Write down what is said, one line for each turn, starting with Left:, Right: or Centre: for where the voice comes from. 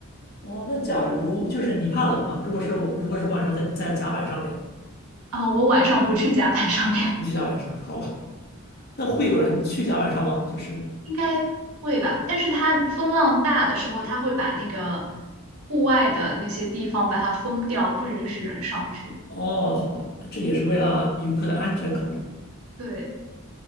Left: 哦，那假如就是你怕冷吗？如果是我，如果是晚上在在甲板上面，
Right: 啊，我晚上不去甲板上面，
Left: 不去甲板上，好吧？那会有人去甲板上吗？就是，
Right: <laughs> 应该会吧？但是它风浪大的时候，它会把那个户外的那些地方把它封掉，不允许人上去。
Left: 哦，好吧，这也是为了游客的安全考虑。
Right: 对，